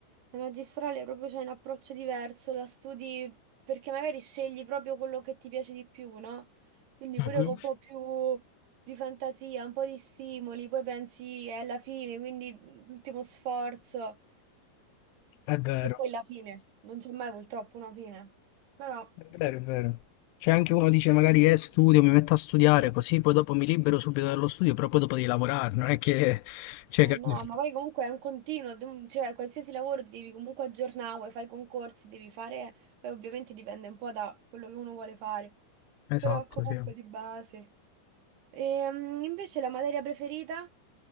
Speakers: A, on the right; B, on the left.
A: la magistrale proprio c'è un approccio diverso, la studi perché magari scegli proprio quello che ti piace di più, no? Quindi
B: Mhm.
A: pure con un po' più di fantasia, un po' di stimoli, poi pensi è la fine, quindi mm, l'ultimo sforzo,
B: È vero,
A: che poi è la fine, non c'è mai purtroppo una fine. Però.
B: è vero, è vero. C'è anche uno dice magari eh, studio, mi metto a studiare così poi dopo mi libero subito dallo studio, però poi dopo devi lavorare, non è che... Cioè,
A: Eh
B: capi-
A: no, ma poi comunque è un continuo, dem- cioè qualsiasi lavoro ti devi comunque aggiornare, vuoi fai concorsi, devi fare, poi ovviamente dipende un po' da quello che uno vuole fare,
B: Esatto,
A: però comunque
B: sì.
A: di base. Ehm, invece la materia preferita